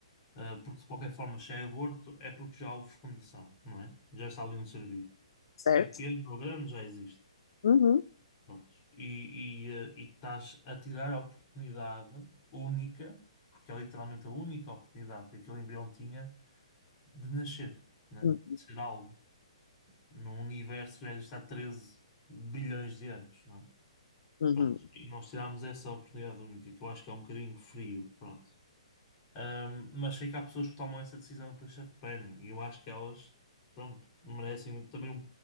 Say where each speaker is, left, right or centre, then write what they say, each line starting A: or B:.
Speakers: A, on the left (about 30°); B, on the left (about 60°).
A: ah, porque de qualquer forma, se é aborto, é porque já houve fecundação, não é? Já está ali um ser vivo.
B: certo.
A: pequeno ou grande já existe.
B: Uhum,
A: Prontos. E, e, eh, e estás a tirar a oportunidade única, porque é literalmente a única oportunidade que aquele embrião tinha de nascer, né?
B: uhum,
A: De ser algo, num universo que já existe há treze bilhões de anos, né?
B: uhum,
A: Pronto. E nós tirámos essa oportunidade única, que eu acho que é um bocadinho frio, pronto. Ahm, mas sei que há pessoas que tomam essa decisão para se arrependem, e eu acho que elas, pronto, merecem também um